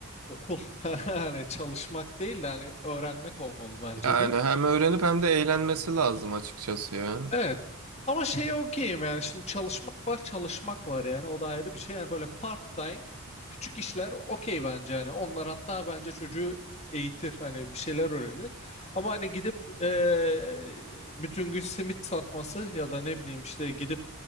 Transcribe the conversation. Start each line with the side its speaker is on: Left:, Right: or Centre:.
Left: okul. <laughs> Hani çalışmak değil de hani öğrenmek olmalı bence
Right: Yani
Left: de.
Right: hem öğrenip hem de eğlenmesi lazım açıkçası ya.
Left: Evet. Ama şey okeyim yani şimdi çalışmak var çalışmak var yani o da ayrı bir şey. Yani böyle part time küçük işler okey bence hani onlar hatta bence çocuğu eğitir hani bir şeyler öğrenir. Ama hani gidip eee, bütün gün simit satması ya da ne bileyim işte gidip